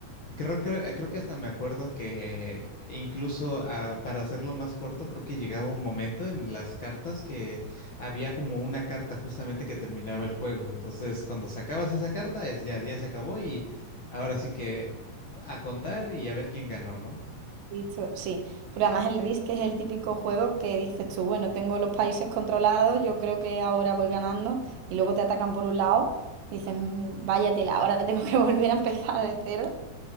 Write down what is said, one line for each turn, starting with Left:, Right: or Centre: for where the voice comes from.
Left: Creo que, creo que hasta me acuerdo que incluso ah, para hacerlo más corto, creo que llegaba un momento en las cartas que había como una carta justamente que terminaba el juego. Entonces, cuando sacabas esa carta, es ya, ya se acabó y ahora sí que a contar y a ver quién ganó, ¿no?
Right: Listo, sí. Pero además el RIS, es el típico juego que dices tú, bueno, tengo los países controlados, yo creo que ahora voy ganando, y luego te atacan por un lado, dices, "Mm, vaya tela, ahora tengo que <laughs> volver a empezar de cero.